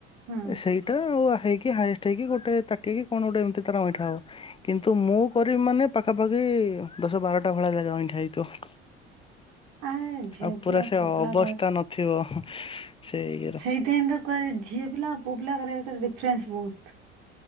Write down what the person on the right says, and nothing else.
ହୁଁ
ଆରେ ଝିଅପିଲା
ପୁଅପିଲା
ସେହିତି ପାଇଁ ତ କୁହାଯାଇନି ଝିଅ ପିଲା ପୁଅ ପିଲା କରିବା ଭିତରେ ଫ୍ରେସ୍ ବହୁତ।